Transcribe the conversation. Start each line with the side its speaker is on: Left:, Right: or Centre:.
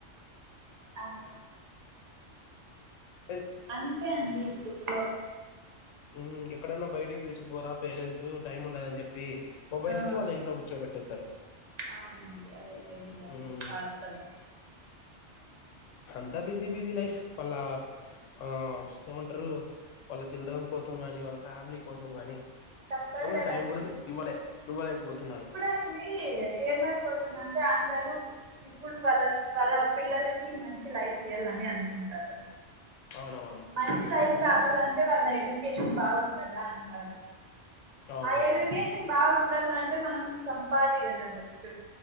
Right: అవున
Left: ఎ
Right: అంతే అండి ఇప్పట్లో
Left: ఉ ఎక్కడైనా బయటకి పిలుచుకపోరా పేరెంట్స్ టైం ఉండదని చెప్పి మొబైల్
Right: ఆ
Left: ఇచ్చి వాళ్ళని ఇంట్లో కూర్చోబెడతరు తర్
Right: అవునండి అదయితే నిజమే
Left: ఉమ్,
Right: వాస్తవం
Left: అంతా బిజీ బిజీ లైఫ్ వాళ్ళ ఆ ఏమంటారు వాళ్ళ చిల్డ్రన్స్ వాళ్ల కోసం కాని వాళ్ళ ఫ్యామిలీ కోసం కాని
Right: తప్పదు
Left: ఎవరు
Right: కదండి
Left: టైం కూడా ఇవ్వలే ఇవ్వలేకపోతున్నారు
Right: అండి ఏమైపోతుందంటే అందరూ ఇప్పుడు వాళ్ళ వాళ్ళ పిల్లలకి మంచి లైఫ్ ఇయ్యాలని అనుకుంటారు
Left: అవునవును
Right: మంచి లైఫ్ కావాలంటే వాళ్ళ ఎడ్యుకేషన్ బాగుండాల అంటారు
Left: అవునవును
Right: ఆ ఎడ్యుకేషన్ బాగాండాల అంటే మనం సంపాదియాల ఫస్ట్